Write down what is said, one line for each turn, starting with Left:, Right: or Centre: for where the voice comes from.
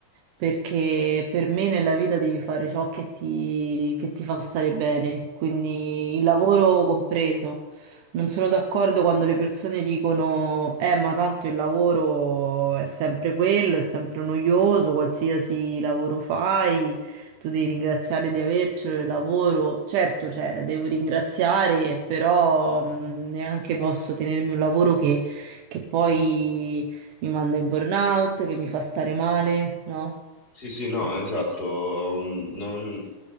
Right: perché per me nella vita devi fare ciò che ti, che ti fa stare bene, quindi il lavoro compreso. Non sono d'accordo quando le persone dicono, eh, ma tanto il lavoro è sempre quello, è sempre noioso, qualsiasi lavoro fai, tu devi ringraziare di avercelo il lavoro. Certo, cioè, devo ringraziare, però mh, neanche posso tenermi un lavoro che, che poi mi manda in burnout, che mi fa stare male, no?
Left: Sì, sì, no, esatto, mm, non,